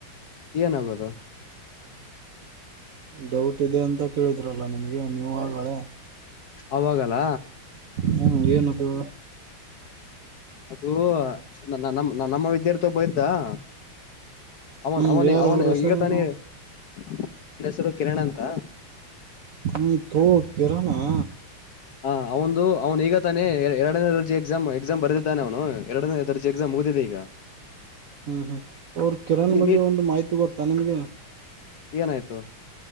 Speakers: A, on the left (about 65°); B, on the right (about 65°).
A: ಏನಾಗೋದು
B: ಡೌಟ್ ಇದೆ ಅಂತ ಕೇಳಿದ್ರಲ್ಲ ನಿಮ್ಗೆ ನೀವು ಆಗ್ಳೆ
A: ಅವಾಗಲ್ಲ
B: ಹ್ಮ್ ಏನದು
A: ಅದು ನ ನ ನ ನಮ್ಮು ಇದ್ದೇ ಇರ್ತಾವ ಪಾ <unintelligible> ಅವನ್
B: ಹ್ಮ್
A: ಅವನಿ
B: ಯಾರ
A: ಅವನು
B: ಅವ್ರ ಹೆಸರೇನು
A: ಈಗ ತಾನಿ ನನ್ನ ಹೆಸರು ಕಿರಣ ಅಂತ
B: ಹ್ಮ ಕ ಕಿರಣ್ ಅ
A: ಹಾ ಅವನುಂದು ಅವ್ನು ಈಗ ತಾನೆ ಎರಡನೇ ದರ್ಜೆ ಎಕ್ಸಾಮ್ ಎಕ್ಸಾಮ್ ಬರೆದಿದ್ದಾನೆ ಅವನು ಎರಡನೇ ದರ್ಜೆ ಎಕ್ಸಾಮ್ ಮುಗಿದಿದೆ ಈಗ
B: ಹ್ಮ್ ಹ್ಮ್ ಅವ್ರ ಕಿರಣ್
A: ನೀ
B: ಬಗ್ಗೆ
A: ನೀ
B: ಒಂದು ಮಾಹಿತಿ ಗೊತ್ತಾ ನಿಮ್ಗೆ
A: ಏನಾಯ್ತು